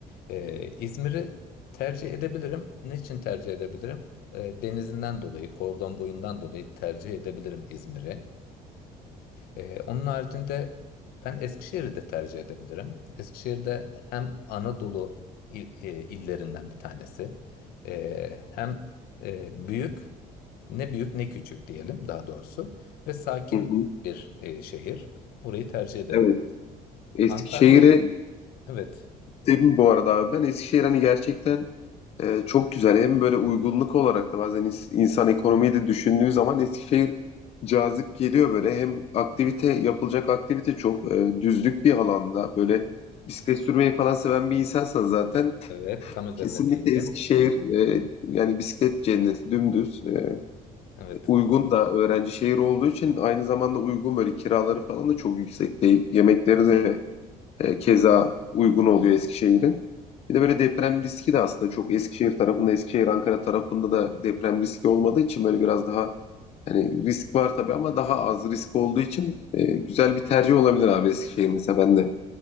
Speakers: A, on the left; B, on the left.
A: Ee, İzmir'i tercih edebilirim. Niçin tercih edebilirim? Ee, denizinden dolayı, kordon boyundan dolayı tercih edebilirim İzmir'i. Ee, onun haricinde ben Eskişehir'i de tercih edebilirim. Eskişehir'de hem Anadolu il- e, illerinden bir tanesi, ee, hem e, büyük, ne büyük ne küçük diyelim daha doğrusu ve sakin
B: hı hı.
A: bir e, şehir. Orayı tercih ederim.
B: Evet. Eskişehir'e
A: Antalya'yı, evet.
B: Dedim bu arada abi ben Eskişehir hani gerçekten e, çok güzel. Hem böyle uygunluk olarak da bazen ins- insan ekonomiyi de düşündüğü zaman Eskişehir cazip geliyor böyle. Hem aktivite yapılacak aktivite çok e, düzlük bir alanda böyle bisiklet sürmeyi falan seven bir insansan zaten
A: Evet, tam üzerine
B: kesinlikle
A: değindin.
B: Eskişehir e, yani bisiklet cenneti dümdüz. E,
A: Evet,
B: uygun da öğrenci şehir olduğu için aynı zamanda uygun böyle kiraları falan da çok yüksek değil. Yemekleri de e, keza uygun oluyor Eskişehir'in. Bir de böyle deprem riski de aslında çok Eskişehir tarafında, Eskişehir Ankara tarafında da deprem riski olmadığı için böyle biraz daha hani risk var tabii ama daha az
A: evet.
B: risk olduğu için e, güzel bir tercih olabilir abi Eskişehir mesela ben de